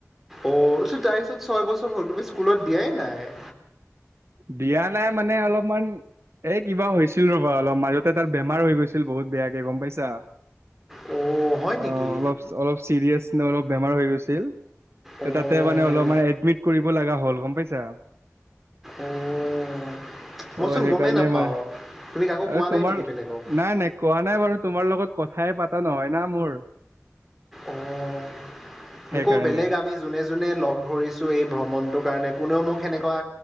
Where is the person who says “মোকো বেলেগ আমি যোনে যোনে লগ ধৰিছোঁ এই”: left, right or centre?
Centre